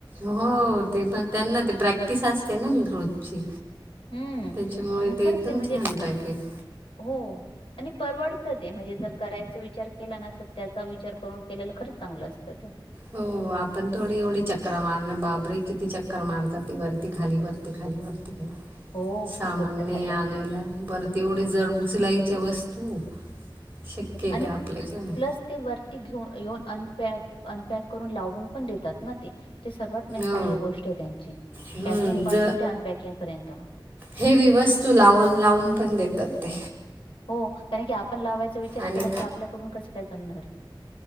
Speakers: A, on the right; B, on the left.
A: हो ते त त्यांना ते प्राक्टस असतते न रोजची.
B: हम्म
A: त्याच्यामुळे
B: आणि
A: ते
B: खरंच
A: एकदम
B: म्हणजे
A: छान पॅकेट‌.
B: हो. आणि परवडत ते म्हणजे जर करायच विचार केला ना तर त्याचा विचार करून केलेलं खरंच चांगलं असतं ते.
A: हो आपण थोडी एवढी चक्कर मारणार बाबरे किती चक्कर मारतात ती वरती खाली वरती खाली वरती
B: हो
A: सामान्य
B: खूप राहतात
A: ने-आनला.
B: त्यांच.
A: बरत तेवढे जड उचलायच्या वस्तू शक्य आहे
B: आणि
A: का आपल्याच्याने.
B: प्लस ते वरती घेऊन येऊन अप अनपॅक करून लावून पण देतात ना ते. ते सर्वात मेन
A: हो
B: चांगली गोष्ट आहे त्यांची
A: हम्म,
B: पॅकिंग पासून
A: ज
B: ते अनपॅकिंग पर्यंत.
A: हेवी वस्तू लावून लावून पण देतात ते.
B: हो. कारण की आपण लावायचा विचार
A: आणि
B: केला तर आपल्याकडून कसं काय जमणार.